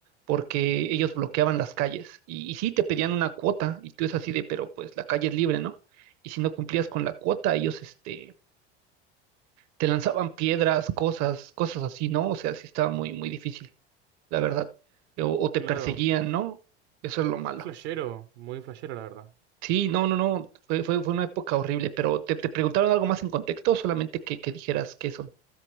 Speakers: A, on the right (about 50°); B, on the right (about 75°).
A: Porque ellos bloqueaban las calles y, y sí te pedían una cuota y tú es así de, pero pues la calle es libre, ¿no? Y si no cumplías con la cuota, ellos este, te lanzaban piedras, cosas, cosas así, ¿no? O sea, sí estaba muy, muy difícil la verdad. eh, O, o te
B: Claro,
A: perseguían, ¿no? Eso es lo malo.
B: un flashero, muy flashero, la verdad.
A: Sí, no, no, no, fue, fue, fue una época horrible, pero ¿te, te preguntaron algo más en contexto o solamente que, que dijeras qué son?